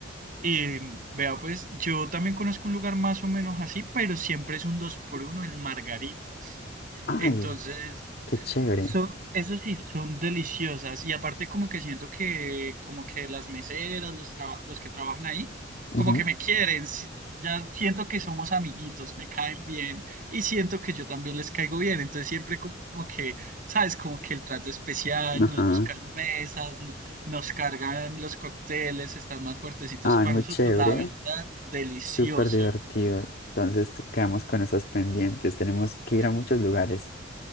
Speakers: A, on the right; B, on the left.
A: Y vea, pues, yo también conozco un lugar más o menos así, pero siempre es un dos por uno en Margaritas.
B: Ay,
A: Entonces...
B: qué chévere.
A: Son, eso sí, son deliciosas. Y aparte como que siento que como que las meseras, los, traba- los que trabajan ahí,
B: Ujú,
A: como que me quieren. si- Ya siento que somos amiguitos, me caen bien y siento que yo también les caigo bien. Entonces siempre como como que, ¿sabes? Como que el trato especial,
B: Ajá.
A: nos buscan mesas, no- nos cargan los cócteles, están más fuertecitos
B: Ay,
A: para
B: muy
A: nosotros.
B: chévere.
A: La verdad, delicioso.
B: Súper divertido. Entonces te- quedamos con esos pendientes. Tenemos que ir a muchos
A: Sí.
B: lugares.